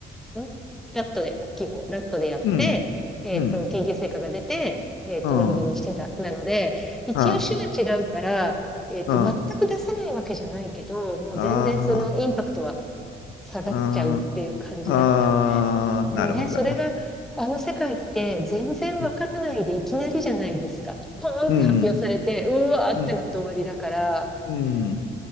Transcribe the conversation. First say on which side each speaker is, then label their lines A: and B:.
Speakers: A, in the centre; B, on the left (about 85°).
A: んラットで、大きい方、ラットでやって、
B: うん、
A: えっと、
B: うん。
A: 研究成果が出て、えっと、
B: うん、
A: 論文にしてた。
B: うん
A: なので、一応種が違うから、
B: うん、
A: えっと、
B: あ
A: 全く出せないわけじゃないけど、もう全然そのインパクトは
B: あ、
A: 下がっちゃうっていう感じだった。
B: うん、ああ、なるほど、
A: でもね、それが、
B: なるほど。
A: あの世界って全然わからないでいきなりじゃないですか。
B: う
A: ポーンって発表されて、
B: ん、
A: うわーってなって終わりだから、
B: うん、うん、